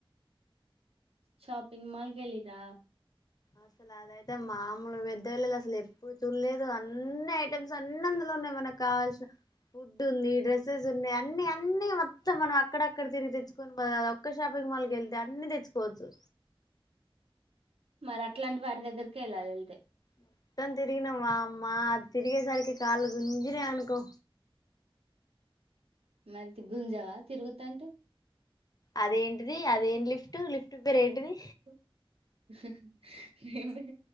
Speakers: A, on the right; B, on the left.
A: షాపింగ్ మాల్ గళ్ళరా
B: అసలు అదయితే మామూలు పెద్ద వెళ్ళలు అసలు ఎప్పుడు చూడలేదు అన్ని ఐటమ్స్ అన్ని అందులో ఉన్నాయి మనకు కావాల్సిన ఫుడ్ ఉంది డ్రెస్సెస్ ఉన్నాయి అన్ని అన్ని మొత్తం మనం అక్కడక్కడ తిరిగి తెచ్చుకొని పో ఒక్క షాపింగ్ మాల్కి వెళ్తే అన్ని తెచ్చుకోవచ్చు
A: మరి అట్లాంటి వాడి దగ్గరకే వెళ్ళాలిళ్తే
B: మొత్తం తిగిన వామ్మా అది తిగసరికి కాల గుజిన అనుకో
A: మరిది గుంజావా తిరుగుతుంటే
B: అదేంటిది అదేంటి లిఫ్ట్ లిఫ్ట్ పేర ఏంటిది
A: హమ్ ఏ ఏమ